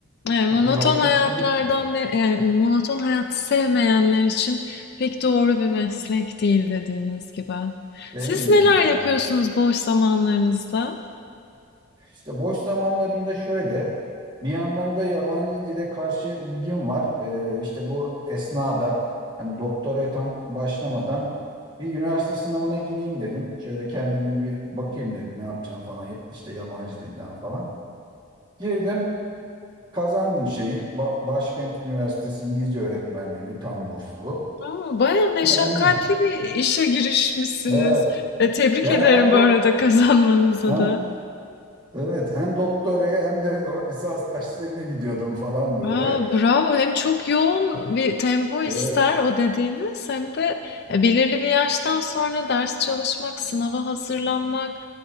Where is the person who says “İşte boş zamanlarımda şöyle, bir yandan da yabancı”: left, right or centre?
Right